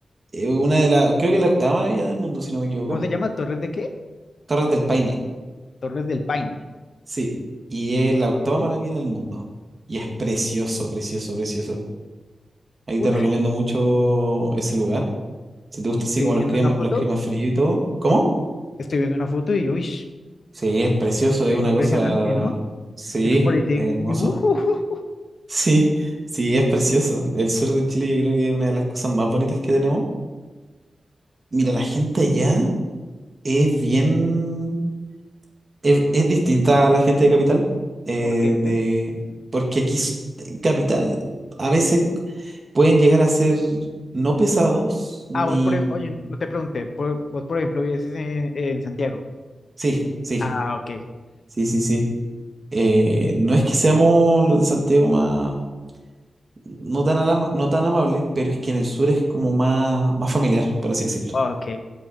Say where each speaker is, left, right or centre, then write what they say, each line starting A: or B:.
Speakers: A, on the right; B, on the left.
A: eh, una de las, creo que la octava maravilla del mundo, si no me equivoco.
B: ¿Cómo se llama? ¿Torres de qué?
A: Torres del Paine,
B: Torres del Paine.
A: sí. Y es la octava
B: ¿sí?
A: maravilla del mundo. Y es precioso, precioso, precioso. Ahí
B: Ush,
A: te recomiendo mucho ese lugar. Si te gusta así
B: estoy
A: como los
B: viendo
A: climas,
B: una foto.
A: los climas fríos y todo. ¿Cómo?
B: Estoy viendo una foto y uy,
A: Sí, es precioso, es
B: impresionante,
A: una cosa.
B: ¿no?
A: Sí,
B: Eso parece
A: es hermoso.
B: un dibujo.
A: <laughs>
B: <laughs>
A: Sí, sí, es precioso. El sur de Chile yo creo que es una de las cosas más bonitas que tenemos. Mira, la gente allá es bien, es, es distinta a la gente de Capital, eh,
B: ¿Por qué?
A: de, porque aquí s- en Capital a veces pueden llegar a ser no pesados, ni...
B: Ah, vos, por, e- oye, no te pregunté. por- vos, por ejemplo, vives en, en Santiago.
A: Sí, sí,
B: Ah, ok.
A: sí, sí, sí. Eh, no es que seamos los de Santiago más, no tan, alama- no tan amables, pero es que en el sur es como más, más familiar, por así decirlo.
B: Ok.